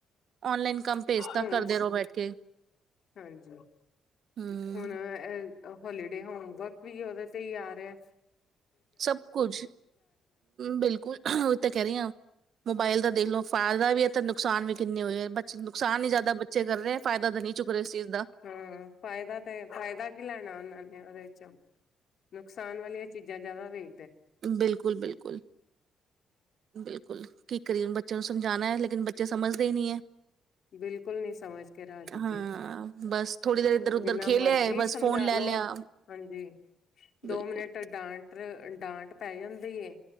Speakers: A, on the right (about 65°); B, on the left (about 60°).
A: ਔਨਲਾਈਨ ਕੰਮ ਭੇਜ ਤਾਂ
B: ਹੁਣ
A: ਕਰਦੇ ਰਹੋ ਬੈਠ ਕੇ
B: ਹਾਂਜੀ
A: ਹੂੰ
B: ਹੁਣ ਅ ਹੋਲੀਡੇ ਹੋਮਵਰਕ ਵੀ ਉਹਦੇ ਤੇ ਹੀ ਆ ਰਿਆ
A: ਸਭ ਕੁਝ ਬਿਲਕੁਲ ਉਹੀ ਤਾਂ ਕਹਿ ਰਹੀ ਆ ਮੋਬਾਇਲ ਦਾ ਦੇਖ ਲੋ ਫ਼ਾਇਦਾ ਵੀ ਹੈ ਨੁਕਸਾਨ ਵੀ ਕਿੰਨੇ ਹੋਏ ਹੋਏ ਬਚ ਨੁਕਸਾਨ ਹੀ ਜ਼ਿਆਦਾ ਬੱਚੇ ਕਰ ਰਹੇ ਐ ਫਾਇਦਾ ਤਾਂ ਨੀ ਚੁੱਕ ਰਹੇ ਇਸ ਚੀਜ
B: ਹੂੰ ਫਾਇਦਾ ਤੇ ਫਾਇਦਾ ਕੀ ਲੈਣਾ ਉਹਨਾਂ ਨੇ ਉਹਦੇ ਚ ਨੁਕਸਾਨ ਵਾਲੀਆਂ ਚੀਜ਼ਾਂ ਜ਼ਿਆਦਾ ਦੇ
A: ਬਿਲਕੁੱਲ-ਬਿਲਕੁੱਲ ਬਿਲਕੁੱਲ ਕੀ ਕਰੀਏ ਹੁਣ ਬੱਚਿਆਂ ਨੂੰ ਸਮਝਾਉਣਾ ਐ ਲੇਕਿਨ ਬੱਚੇ ਸਮਝਦੇ ਹੀ ਨਈ ਐ
B: ਬਿਲਕੁੱਲ ਨੀ ਸਮਝ ਕੇ ਰਾਜੀ
A: ਹਾਂ
B: ਜੀ
A: ਬਸ ਥੋੜੀ ਦੇਰ ਇੱਧਰ ਉਧਰ
B: ਜਿੰਨਾ
A: ਖੇਲਿਆ
B: ਮਰਜ਼ੀ
A: ਹੈ ਬਸ
B: ਸਮਝਾ
A: ਫੋਨ ਲੈ
B: ਲੋ
A: ਲਿਆ
B: ਹਾਂਜੀ ਦੋ
A: ਬਿਲਕੁਲ
B: ਮਿੰਟ ਡਾਂਟ ਡਾਂਟ ਪੈ ਜਾਂਦੀ ਏ